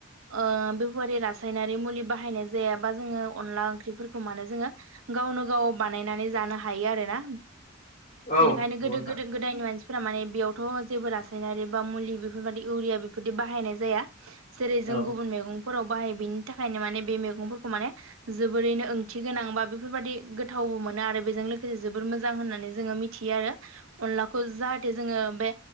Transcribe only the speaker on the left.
औ
नंगौ
नोंथां
औ